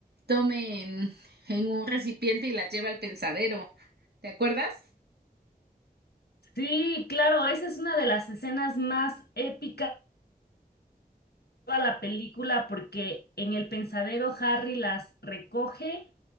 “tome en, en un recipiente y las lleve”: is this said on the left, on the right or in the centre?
Right